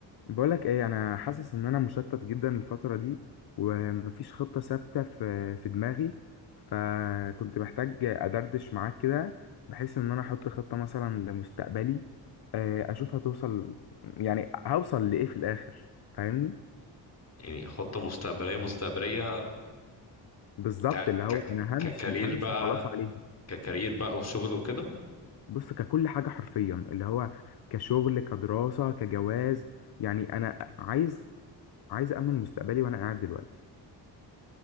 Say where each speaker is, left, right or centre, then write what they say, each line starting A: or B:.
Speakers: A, on the left (about 60°); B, on the left (about 35°).
A: بقولك ايه انا حاسس ان انا مشتت جدا الفترة دي ومفيش خطة ثابتة في في دماغي فكنت محتاج ادردش معاك كده بحيث ان انا احط خطة مثلا لمستقبلي آه، اشوف هتوصل يعني هوصل لايه في الاخر فاهمني
B: يعني خطة مستقبلية مستقبلية
A: بالظبط
B: ك
A: اللي هو
B: ك
A: انا
B: ككارير
A: همشي همشي
B: بقى
A: خلاص عليه
B: ككارير بقى وشغل وكده
A: بص ككل حاجة حرفيا اللي هو كشغل كدراسة كجواز يعني انا عايز عايز امن مستقبلي وانا قاعد دلوقتي